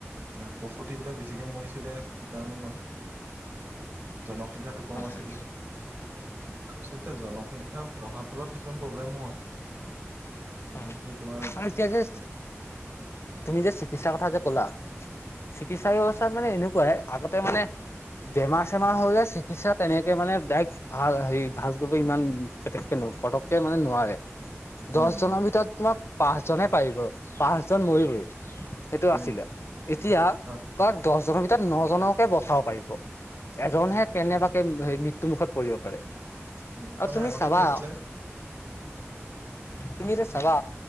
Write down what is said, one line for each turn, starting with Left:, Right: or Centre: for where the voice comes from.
Right: এ প্ৰসূতি বিলাক বেছিকে মৰিছিলে সেইকাৰণে। জনক সংখ্যটো কম
Left: হয়
Right: আছিলে
Left: হয়
Right: তাৰপাছত জনসংখ্যা ফলত কিছুমান প্ৰব্লেমো হয়। যেনেকি
Left: অ আৰু
Right: তোমাৰ
Left: এতিয়া যে
Right: উম
Left: তুমি যে চিকিৎসাৰ কথা যে কলা। চিকিৎসা ব্যৱস্থাত মানে এনেকুৱাই আগতে মানে বেমাৰ চেমাৰ হলে চিকিৎসা তেনেকে মানে ডাৰেক ভাল হেৰি ভাল কৰিব ইমান পটককে মানে নোৱাৰে, দহজনৰ
Right: উম উম
Left: ভিতৰত তোমাৰ পাঁচজনে পাৰিব পাঁচজন মৰিবই‌। সেইটো
Right: উম
Left: আছিলে এতিয়া
Right: আহ,
Left: তাৰ দহজনৰ ভিতৰত নজনকে বচাব পাৰিব এজনহে
Right: উম,
Left: কেনেবাকে মৃত্যু মুুখত পৰিব পাৰে।
Right: উ
Left: আৰু
Right: মানে
Left: তুমি
Right: আগতে
Left: চাবা
Right: কি আছিলে।
Left: তুমি যে চাবা